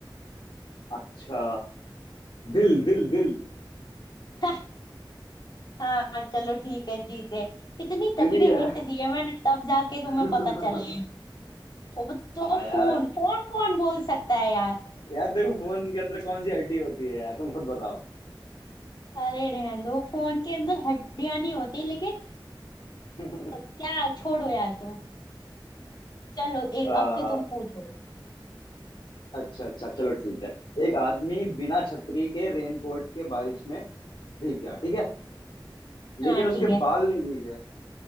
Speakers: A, on the left (about 75°); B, on the left (about 55°).
A: अच्छा दिल दिल दिल
B: <laughs> हाँ चलो ठीक है जीत गए कितनी तगड़ी
A: दिल ही है
B: हिंट दी है मैंने तब जाके तुम्हें
A: <laughs>
B: पता चला है
A: हाँ
B: वो तो
A: यार
B: फोन फोन कौन बोल सकता है यार
A: यार देखो फोन के अंदर कौन सी हड्डी होती है यार तुम खुद बताओ
B: अरे रहने दो फोन के अंदर हड्डियां नहीं होती लेकिन
A: <laughs>
B: अ, क्या छोड़ो यार तुम चलो एक
A: आ,
B: अब के तुम पूछो
A: अच्छा अच्छा चलो ठीक है एक आदमी बिना छतरी के रेनकोट के बारिश में भीग गया ठीक है लेकिन
B: हाँ ठीक
A: उसके
B: है
A: बाल नहीं भीगे